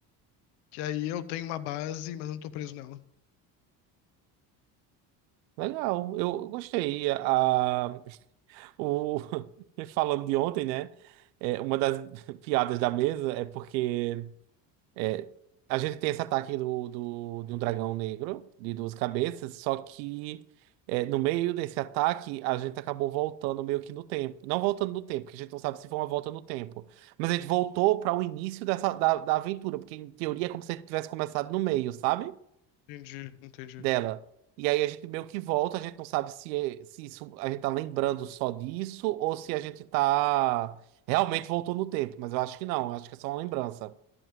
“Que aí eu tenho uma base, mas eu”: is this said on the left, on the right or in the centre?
Left